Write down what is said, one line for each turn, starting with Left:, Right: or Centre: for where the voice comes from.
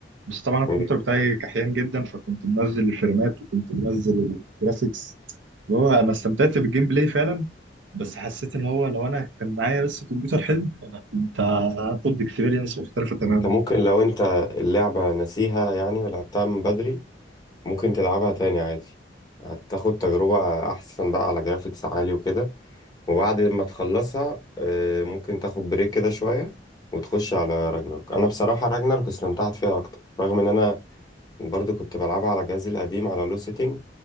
Right: بس طبعا الكمبيوتر
Left: مم.
Right: بتاعي كحيان جدا فكنت منزل الفريمات وكنت منزل الجرافيكس اللي هو انا استمتعت بالجيم بلاي فعلا بس حسيت ان هو لو انا كان معايا بس كمبيوتر حلو انا كنت هاخد اكسبيرينس مختلفه تماما
Left: انت ممكن لو انت اللعبه ناسيها يعني ولعبتها من بدري ممكن تلعبها تاني عادي هتاخد تجربه احسن بقى على جرافيكس عالي وكده وبعد ما تخلصها آه، ممكن تاخد بريك كده شويه وتخش على راجناروك انا بصراحه راجناروك استمتعت فيها اكتر رغم ان انا برضو كنت بلعبها على جهازي القديم على لو سيتنج